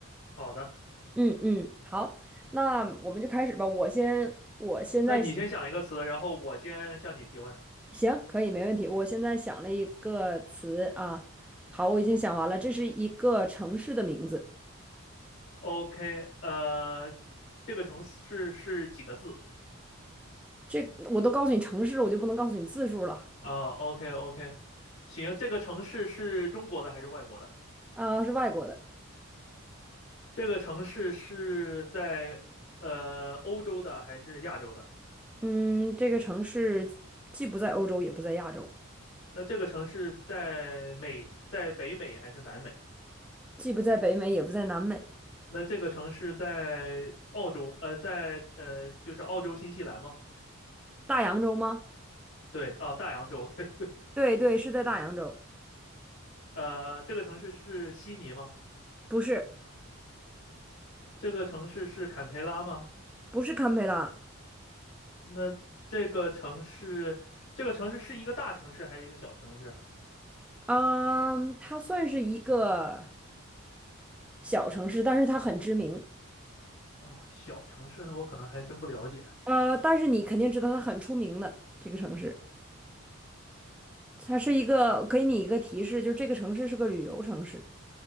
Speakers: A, on the left (about 55°); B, in the centre.
A: 好的，
B: 嗯嗯，好，那我们就开始吧。我先，我现在
A: 那你先想一个词，然后我先向你提问。
B: 行，可以，没问题。我现在想了一个词啊，好，我已经想完了，这是一个城市的名字。
A: OK，呃，这个城市是几个字
B: 这个我都告诉你城市，我就不能告诉你字数了
A: 啊？OK，OK，行，这个城市是中国的还是外国的？
B: 啊，是外国的。
A: 这个城市是在呃欧洲的还是亚洲的？
B: 嗯，这个城市既不在欧洲，也不在亚洲，
A: 那这个城市在美，在北美还是南美？
B: 既不在北美，也不在南美，
A: 那这个城市在澳洲，呃，在呃，就是澳洲新西兰吗？
B: 大洋洲吗？
A: 对，啊，大洋洲，<laughs> 对，
B: 对对，是在大洋洲，
A: 呃，这个城市是悉尼吗？
B: 不是
A: 这个城市是坎培拉吗？
B: 不是堪培拉，
A: 那这个城市，这个城市是一个大城市还是一个小城市啊？
B: 嗯，它算是一个小城市，但是它很知名，
A: 哦，小城市的我可能还真不了解，
B: 呃，但是你肯定知道它很出名的这个城市，它是一个，给你一个提示，就是这个城市是个旅游城市，